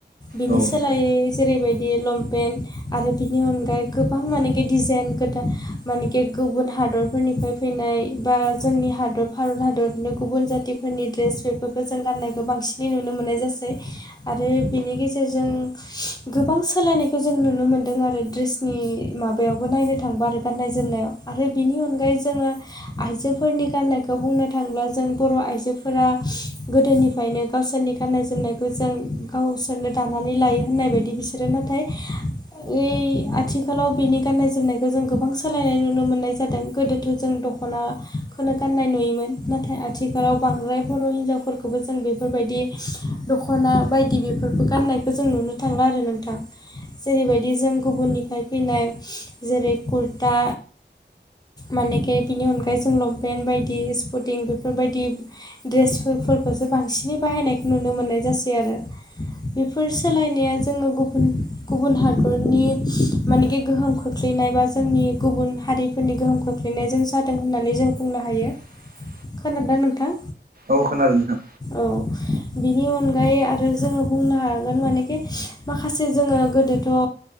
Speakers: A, on the left; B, on the right.
A: बिनि
B: औ
A: सोलायै
B: नंगौ
A: जेरैबायदि लंपेन्ट आरो बिनि अनगायै गोबां माने डिजाइन गोदान मानेकि गुबुन हादरफोरनिफ्राय फैनाय बा जोंनि हादर भारत हादरनो गुबुन जातिफोरनि ड्रेस बेफोरखौ जों गाननायखौ बांसिनै नुनो मोननाय जासै आरो बिनि गेजेरजों गोबां सोलायनायखौ जों नुनो मोनदों आरो दड्रेसनि माबा बेयावबो नायनो थाङोबा आरो गान्नाय जोमनायाव आरो बिनि अनगायै जोङो आइजोफोरनि गाननायखौ बुंनो थाङोब्ला जों बर' आइजोफोरा गोदोनि ओंखायनो गावसोरनि गाननाय जोमनायखौ जों गावसोरनो दानानै लायो होननाय बायदि बिसोरो नाथाय बै आथिखालाव बेनि गाननाय जोमनायखौ जों गोबां सोलायनाय नुनो मोन्नाय जादों गोदोथ' जों दख'ना खौनो गाननाय नुयोमोन नाथाय आथिखालाव बांद्राय बर' हिनजावफोरखौबो जों बेफोरबायदि दख'ना बायदि बेफोरखौ गाननायखौ जों नुनो थांला आरो नोंथां जेरैबायदि जों गुबुननिफ्राय फैनाय जेरै कुर्टा मानेखे बिनि अनगायै जों लंपेन्ट बायदि स्पटिं बेफोरबायदि ड्रेसफोरखौसो बांसिनै बाहायनायखौ नुनो मोननाय जासै आरो बेफोर सोलायनाया जोङो गुबुन गुबुन हादरनि मानेकि गोहोम खोख्लैनाय बा जोंनि गुबुन हारिफोरनि गोहोम खोख्लैनायजों जादों होननानै जों बुंनो हायो
B: <unintelligible>
A: खोनादोना नोंथां
B: औ खोनादों नोंथां
A: औ बिनि अनगायै आरो जोङो बुंनो हागोन मानेखि माखासे जोङो गोदोथ'